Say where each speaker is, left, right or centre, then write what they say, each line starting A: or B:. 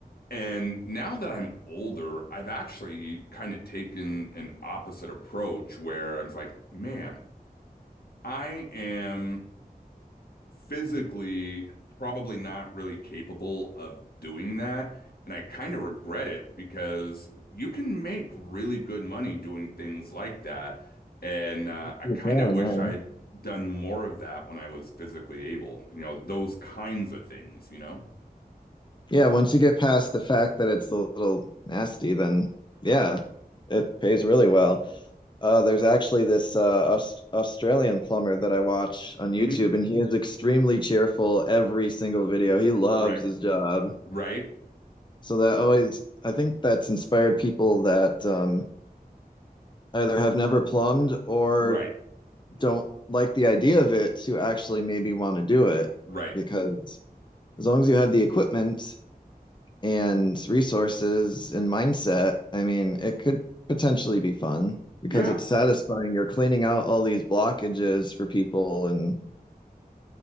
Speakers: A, on the left; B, on the left.
A: And now that I'm older, I've actually kind of taken an opposite approach where I'm like, man, I am physically probably not really capable of doing that. And I kind of regret it because you can make really good money doing things like that. And uh, I
B: yeah.
A: kind of wish I'd done more of that when I was physically able, you know, those kinds of things, you know?
B: Yeah, once you get past the fact that it's a little nasty, then yeah, it pays really well.
A: Right.
B: Uh, there's actually this uh, Aus- Australian plumber that I watch on YouTube,
A: hmm
B: and he is extremely cheerful every single video. He loves
A: Right.
B: his job.
A: Right.
B: So that always, I think that's inspired people that um, either have never plumbed or
A: Right.
B: don't like the idea of it to actually maybe want to do it
A: Right.
B: because as long as you have the equipment and resources and mindset, I mean, it could potentially be fun because
A: Yeah,
B: it's satisfying. You're cleaning out all these blockages for people and